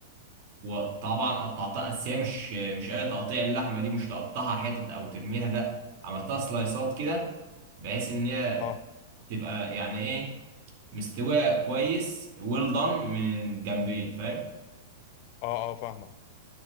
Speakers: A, on the right; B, on the left.
A: وطبعا قطعتها بس هي مش مش أي تقطيع اللحمة دي مش تقطعها حتت أو ترميها لأ عملتها سلايسات كده بحيث ان هي
B: اه
A: تبقى يعني ايه مستوية كويس ويل دان من الجنبين فاهم
B: اه اه فاهمك